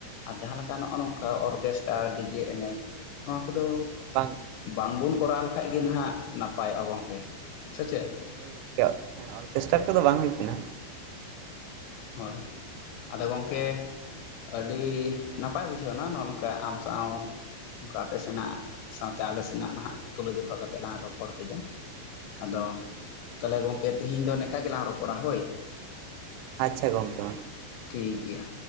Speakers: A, on the left; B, on the right.
A: ᱟᱨ ᱡᱟᱦᱟᱸ ᱞᱮᱠᱟ ᱱᱚᱜ-ᱚ
B: ᱦᱮᱸ
A: ᱱᱚᱝᱠᱟ ᱚᱨᱜᱮᱥᱴᱟᱨ, ᱰᱤᱡᱮ ᱮᱱᱮᱡ ᱱᱚᱣᱟ ᱠᱚᱫᱚ
B: ᱵᱟᱝ
A: ᱵᱟᱝᱵᱚᱱ ᱠᱚᱨᱟᱣ ᱞᱮᱠᱷᱟᱱ ᱠᱷᱟᱡ ᱜᱮ ᱱᱟᱦᱟᱜ ᱱᱟᱯᱟᱭᱚᱜ-ᱟ ᱜᱚᱝᱠᱮ ᱥᱮ ᱪᱮᱫ?
B: ᱦᱳᱭ ᱜᱚᱝᱠᱮ ᱦᱮᱸ ᱚᱨᱜᱮᱥᱴᱟᱨ ᱠᱚᱫᱚ ᱵᱟᱝ ᱦᱩᱭ ᱠᱟᱱᱟ᱾
A: ᱦᱳᱭ ᱟᱫᱚ ᱜᱚᱝᱠᱮ ᱟᱹᱰᱤ ᱱᱟᱯᱟᱭ ᱵᱩᱡᱷᱟᱹᱣᱱᱟ ᱱᱚᱜ-ᱚ ᱱᱚᱝᱠᱟ ᱟᱢ ᱥᱟᱶ ᱚᱱᱠᱟ ᱟᱯᱮ ᱥᱮᱱᱟᱜ ᱥᱟᱶᱛᱮ ᱟᱞᱮ ᱥᱮᱱᱟᱜ ᱱᱟᱦᱟᱜ ᱛᱩᱞᱟᱹ ᱡᱚᱠᱷᱟ ᱠᱟᱛᱮᱜ ᱞᱟᱝ ᱨᱚᱯᱚᱲ ᱠᱮᱫᱟ᱾ ᱟᱫᱚ
B: ᱦᱳᱭ
A: ᱛᱟᱦᱚᱞᱮ ᱜᱚᱝᱠᱮ ᱛᱤᱦᱤᱧ ᱫᱚ ᱱᱮᱠᱟ ᱜᱮᱞᱟᱝ ᱨᱚᱯᱚᱲᱟ ᱦᱳᱭ᱾
B: ᱟᱪᱪᱷᱟ ᱜᱚᱝᱠᱮ ᱢᱟ᱾
A: ᱴᱷᱤᱠ ᱜᱮᱭᱟ᱾